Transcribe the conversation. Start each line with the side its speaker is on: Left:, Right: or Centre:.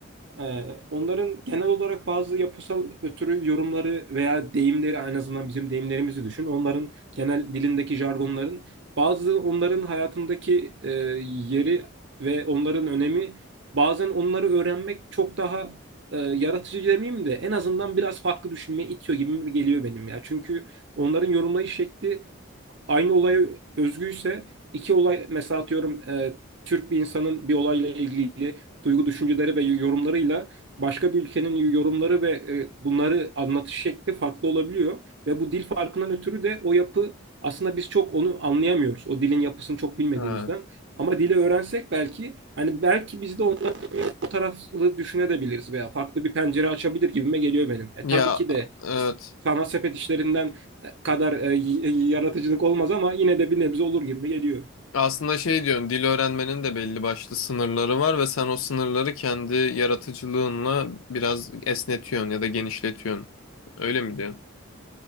Right: Ee, onların genel olarak bazı yapısal ötürü yorumları veya deyimleri en azından bizim deyimlerimizi düşün. Onların genel dilindeki jargonların bazı onların hayatındaki e, yeri ve onların önemi bazen onları öğrenmek çok daha e, yaratıcı demeyeyim de en azından biraz farklı düşünmeye itiyor gibi mi geliyor benim ya. Çünkü onların yorumlayış şekli aynı olaya özgüyse iki olay mesela atıyorum e, Türk bir insanın bir olayla ilgili duygu düşünceleri ve yorumlarıyla başka bir ülkenin yorumları ve e, bunları anlatış şekli farklı olabiliyor. Ve bu dil farkından ötürü de o yapı aslında biz çok onu anlayamıyoruz. O dilin yapısını çok bilmediğimizden.
Left: Ha.
Right: Ama dili öğrensek belki hani belki biz de onların o taraflı düşünebiliriz veya farklı bir pencere açabilir gibime geliyor benim. E,
Left: Ya
Right: tabii ki de
Left: evet.
Right: sanat sepet işlerinden e, kadar e, yaratıcılık olmaz ama yine de bir nebze olur gibi geliyor.
Left: Aslında şey diyorsun, dil öğrenmenin de belli başlı sınırları var ve sen o sınırları kendi yaratıcılığınla biraz esnetiyorsun ya da genişletiyorsun. Öyle mi diyorsun?